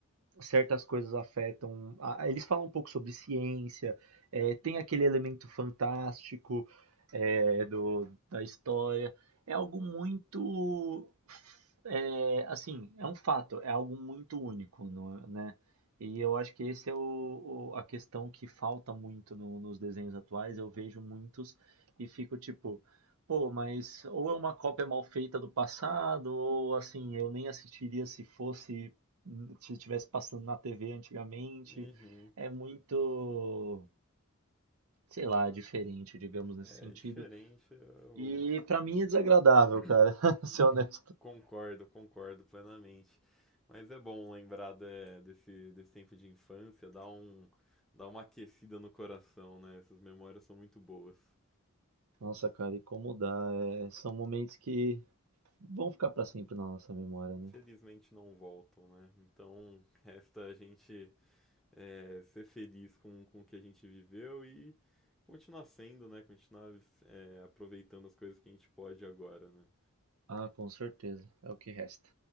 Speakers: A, on the right; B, in the centre.
A: certas coisas afetam. a- Eles falam um pouco sobre ciência, é, tem aquele elemento fantástico é, do, da história. É algo muito. é, assim, é um fato, é algo muito único, não é- né? E eu acho que esse é o, o- a questão que falta muito no- nos desenhos atuais. Eu vejo muitos e fico tipo, pô, mas ou é uma cópia mal feita do passado, ou assim, eu nem assistiria se fosse se estivesse passando na TV antigamente.
B: uhum.
A: É muito, sei lá, diferente, digamos, nesse
B: É
A: sentido.
B: diferente, eu
A: E pra mim é desagradável,
B: <coughs>
A: cara, <laughs> ser honesto.
B: <clears throat> concordo, concordo plenamente. Mas é bom lembrar de- desse, desse tempo de infância, dá um, dá uma aquecida no coração, né? Essas memórias são muito boas.
A: Nossa, cara, e como dá? É, são momentos que vão ficar pra sempre na nossa memória,
B: Infelizmente
A: né?
B: não voltam, né? Então resta a gente é, ser feliz com, com o que a gente viveu e continuar sendo, né? Continuar é, aproveitando as coisas que a gente pode agora, né?
A: Ah, com certeza. É o que resta.